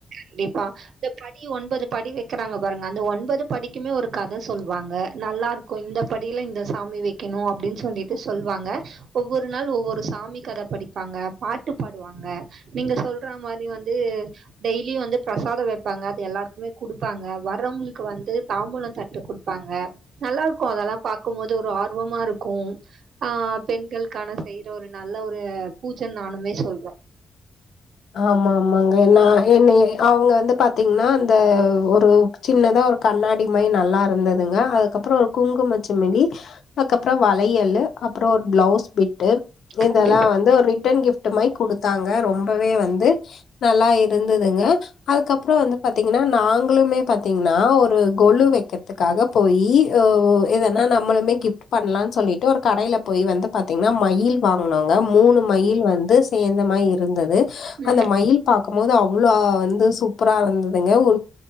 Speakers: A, on the right; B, on the left.
A: கண்டிப்பா இந்த படி இ ஒன்பது படி வெக்கிறாங்க பாருங்க அந்த ஒன்பது படிக்குமே ஒரு கத சொல்வாங்க நல்லா இருக்கு இந்த படில இந்த சாமி வெக்கணு அப்டின்னு சொல்லிட்டு சொல்வாங்க ஒவ்வொரு நாள் ஒவ்வொரு சாமி கத படிப்பாங்க பாட்டு பாடுவாங்க நீங்க சொல்றா மாரி வந்து டெய்லியு வந்து பிரசாதோ வெப்பாங்க அது எல்லாருக்குமே குடுப்பாங்க வர்றவங்களுக்கு வந்து தாம்பூலந் தட்டு குடுப்பா ங்க நல்லா இருக்கு அதெல்லா பாக்கும்போது ஒரு ஆர்வமா இருக்கு ஆ பெண்களுக்கான செய் ற ஒரு நல்ல ஒரு பூஜன் நானுமே சொல்வ
B: ஆமா ஆமாங்க நா என்னய அவுங்க வந்து பாத்தீங்னா அந்த ஒரு சின்னதா ஒரு கண் ணாடி மாரி நல்லா இருந்ததுங்க அதுக்கப்பறோ ஒரு குங்குமச்சிமிலி அதுக்கப்பறோ வளையல் அப்றோ ஒரு பிளவுஸ் பிட்டு இதெல்லா
A: கண்டிப்பா.
B: வந்து ஒரு ரிட்டன் கிஃப்ட் மாரி குடுத்தாங்க ரொம் பவே வந்து நல்லா இருந்துதுங்க அதுக்கப்றோ வந்து பாத்தீங்கனா நாங்களுமே பாத்தீங்கனா நா ஒரு கொழு வெக்கிர்த்துகாக போயி எதனா நம்மளுமே கிஃப்ட் பண்லான்னு சொல்லிட்டு ஒரு கடைல போய் வந்து பாத்தீங்கனா மயில் வாகனோங்க மூண் மயில் வந்து சேந்தமா இருந்தது
A: ம்.
B: அந்த மயில் பாக்கும்போது அவ் ளோ வந்து சூப்பரா இருந்ததுங்க உ